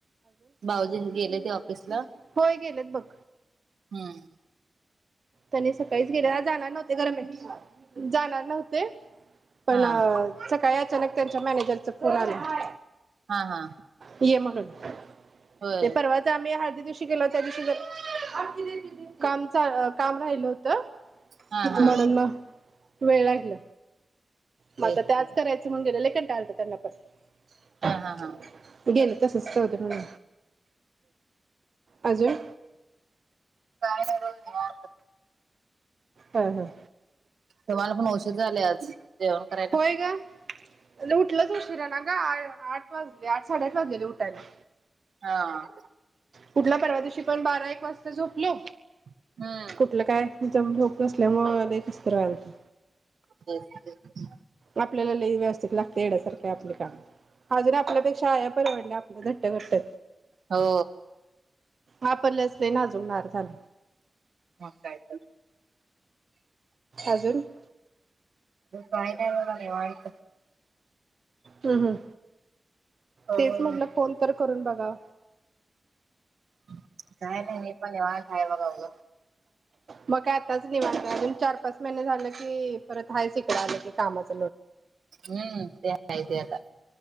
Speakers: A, on the right (about 85°); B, on the right (about 50°).
A: भाऊजी गेले ते कसल?
B: होय गेलंत बघ.
A: हम्म.
B: तनी सकाळीच गेल्या जाणार नव्हते गरमे जाणार नव्हते पण
A: हा
B: सकाळी आ अचानक त्यांच्या मॅनेजरचा फोन आला.
A: हा हा
B: ये म्हगण ह
A: होय
B: ते परवा जामया हरदी तु त्या दि का काम राहिल होत
A: हा हा
B: म्हणून मग वेळ लागल मग
A: तेच
B: आता त्याच
A: ते
B: करायचं म्हण गेलं लेकन टालतं त्यांना पण
A: हा हा हा
B: गेलं तसच होत म्हून आजून
A: का र
B: हम हम
A: तुम्हाला पण औषध झाले आज- जेवण करायला...
B: होय ग उठलंच उशिरा ना ग, आठ वाजले आठ -साडेआठ वाजलेले उठायला.
A: हा..
B: कुठल्या परवा दिवशी पण बारा एक वाजता झोपले.
A: हम्म
B: कुठलं काय? ज झोप नसल्यामुळे कसतरी व्हयला.
A: तेच तेच
B: आपल्याला ल व्यवस्थित लागते येण्यासारखं आपले काम. हा जरी आपल्यापेक्षा आ परवडल्या आपल्या घट्ट- घट्टत
A: हो
B: आपणला चल लई नाजूणार झाला.
A: मग, ताय-
B: अजून -
A: काय नाही वायचं.
B: हम्म- हम्म
A: निवांत
B: तेच म्हटलं? कोण तर.... करून बघा.
A: काय नाही- नाही पण वान खाय बगावलं,
B: म का आताच निवार अजून चार -पाच- झा की परत हय शिक आ की कामच.
A: हम्म... ते काय ते काय?